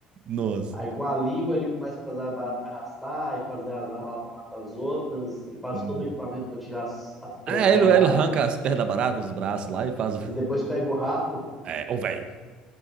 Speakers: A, on the right; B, in the centre.
A: nossa.
B: Aí com a língua ele começa a fazer a barata arrastar e fazer as armas lá para matar as outras e faz
A: Hum.
B: todo o equipamento para tirar as, as pernas
A: É,
B: da
A: ele,
B: barata
A: ele arranca as pernas da barata, os braços lá e faz o...
B: e depois pega o rato.
A: É, ô velho.